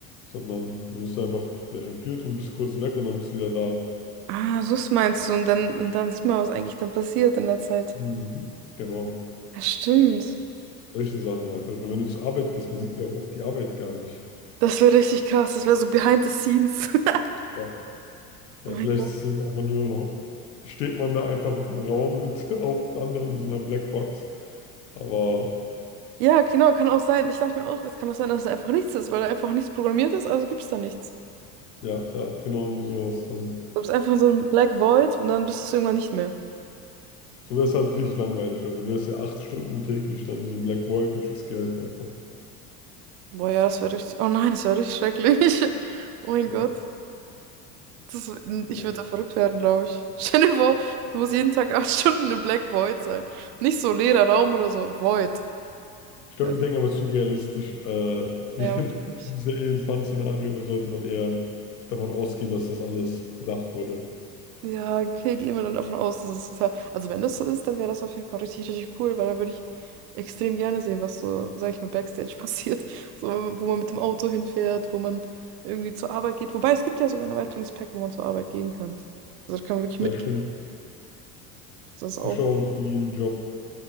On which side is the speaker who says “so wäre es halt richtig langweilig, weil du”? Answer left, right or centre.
Left